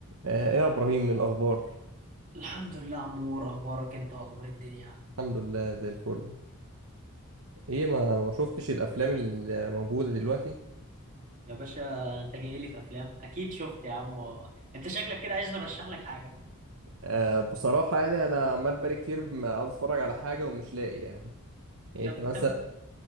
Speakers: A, on the right (about 65°); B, on the right (about 35°).
A: آه، ايه يا ابراهيم الاخبار
B: الحمد لله عمور اخبارك انت واخبار الدنيا
A: الحمد لله زي الفل ايه ما ما شفتش الافلام اللي موجوده دلوقتي
B: يا باشا انت جاي لي في افلام اكيد شفت يا عم انت شكلك كده عايزني ارشح لك حاجه
A: أه بصراحه يعني انا عمال بقالي كتير ما عاوز اتفرج على حاجه ومش لاقي يعني يعني
B: طب
A: انت مثلا
B: طب ما-